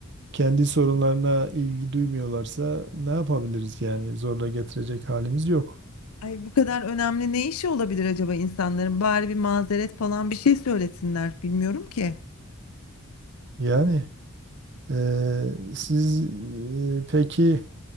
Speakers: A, on the right (about 50°); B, on the left (about 80°).
A: kendi sorunlarına ilgi duymuyorlarsa ne yapabiliriz yani zorla getirecek halimiz yok.
B: ay bu kadar önemli ne işi olabilir acaba insanların? Bari bir mazeret falan bir şey söylesinler bilmiyorum ki.
A: Yani Ee, siz e, peki